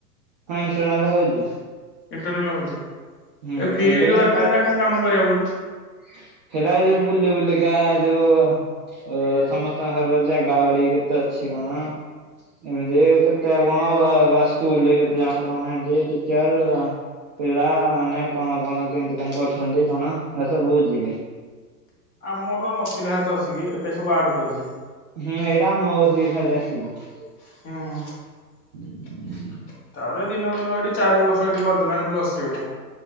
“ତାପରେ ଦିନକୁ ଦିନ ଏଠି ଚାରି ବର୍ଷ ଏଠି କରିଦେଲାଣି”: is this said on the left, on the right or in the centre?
Left